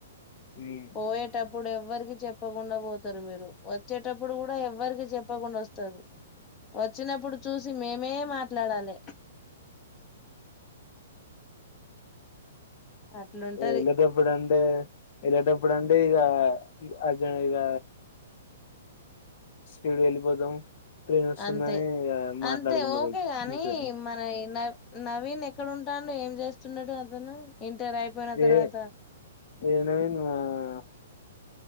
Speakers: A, on the left (about 55°); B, on the left (about 25°).
A: మ్మ్
B: పోయేటప్పుడె ఎవ్వరికి చెప్పకుండా పోతరు మీరు వచ్చేటప్పుడు కూడా ఎవ్వరికి చెప్పకుండా వస్తరు వచ్చినప్పుడు చూసి మేమే మాట్లాడాలె అట్లుంటది
A: వెళ్లేటప్పుడు అంటే వెళ్ళేటప్పుడు అంటే ఇక అర్జెంట్ ఇక స్పీడ్గా వెళ్ళిపోతాం. పెయిన్ వస్తుందని
B: అంతే
A: ఇగ మాట్లాడుకుండా
B: అంతే ఓకే గాని
A: మీతో
B: మన న నవీన్ ఎక్కడున్ టాండు ఏం చేస్తున్నాడు అతను ఇంటర్ అయిపోయిన తర్వాత
A: ఏ <unintelligible>